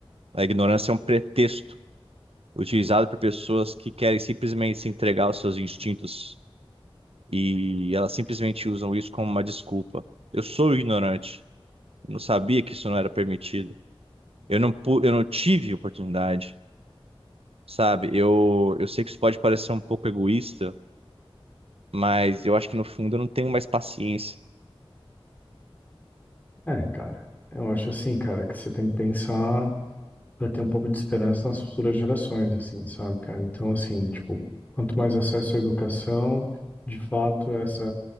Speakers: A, on the right; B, on the left.
A: A ignorância é um pretexto utilizado por pessoas que querem simplesmente se entregar aos seus instintos e elas simplesmente usam isso como uma desculpa. Eu sou ignorante, eu não sabia que isso não era permitido. Eu não, pu- eu não tive oportunidade, sabe? Eu, eu sei que isso pode parecer um pouco egoísta, mas eu acho que no fundo eu não tenho mais paciência.
B: É, cara, eu acho assim, cara, que você tem que pensar para ter um pouco de esperança nas futuras gerações, assim, sabe, cara? Então, assim, tipo, quanto mais acesso à educação, de fato, essa